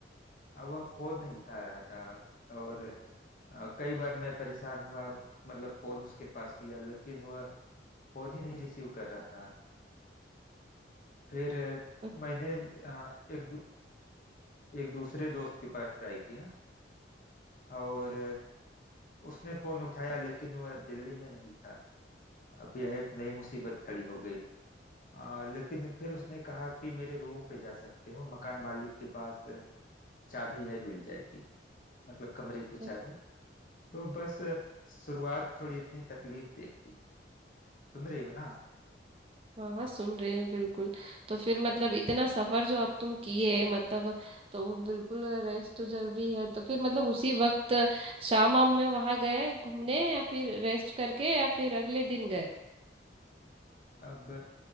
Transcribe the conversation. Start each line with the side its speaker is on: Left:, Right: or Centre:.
Left: अब वह फोन नहीं उठा रहा था और अ, कई बार मैं परेशान हुआ मतलब फोन उसके पास किया लेकिन वह फोन ही नहीं रिसीव कर रहा था फिर अ,
Right: है
Left: मैंने अ, एक दू- एक दूसरे दोस्त के पास ट्राई किया और उसने फोन उठाया लेकिन वह दिल्ली में नहीं था अब यह एक नई मुसीबत खड़ी हो गई आ, लेकिन फिर उसने कहा कि मेरे रूम पे जा सकते हो मकान मालिक के पास चाबी है मिल जाएगी मतलब कमरे की चाबी
Right: अच्छा
Left: तो बस शुरुआत थोड़ी इतनी तकलीफ दे थी सुन रही हो ना
Right: हाँ हाँ सुन रहे हैं बिल्कुल तो फिर मतलब इतना सफर जो अब तुम किए मतलब तो वो बिल्कुल रेस्ट तो जरूरी है तो फिर मतलब उसी वक्त शाम आम में वहां गए घूमने या फिर रेस्ट करके या फिर अगले दिन गए
Left: अब